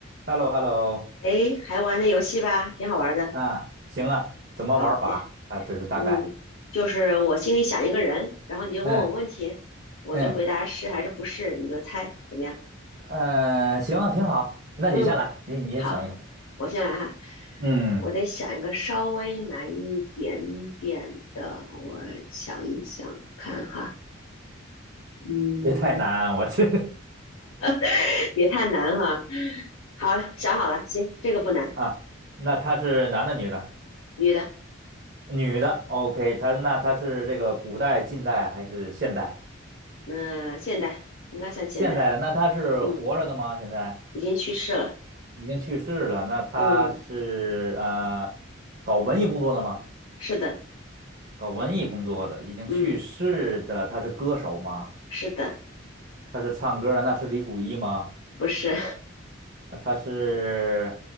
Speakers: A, on the right (about 45°); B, on the left (about 80°).
A: h e l l o h e l l o
B: 哎，还玩那游戏吧，挺好玩的。
A: 啊，行啊，怎么玩法啊？
B: 好的，
A: 这是大概，
B: 嗯，就是我心里想一个人，然后你就问我问题，
A: 嗯
B: 我就回答是还是不是，
A: 嗯
B: 你就猜，怎么样？
A: 呃，行啊，挺好。那你先来，
B: 嗯，
A: 你你先想一个。
B: 好，我先来哈，
A: 嗯，
B: 我得想一个稍微难一点点的，我想一想看哈，嗯，
A: 别太难，我这
B: <laughs> 别太难哈。好，想好了，行，这个不难，
A: <laughs> 啊，那他是男的女的？
B: 女的，
A: 女的，OK，他那他是这个古代、近代还是现代？
B: 嗯、现代应该算现代，
A: 现代的，那他是活着的吗？
B: 嗯，
A: 现在
B: 已经去世了，
A: 已经去世了。那他是呃
B: 嗯，
A: 搞文艺工作的吗？
B: 是的。
A: 搞文艺工作的，已经去世的，
B: 嗯，
A: 他是歌手吗？
B: 是的，
A: 他是唱歌的，那是李谷一吗？
B: 不是，
A: 那他是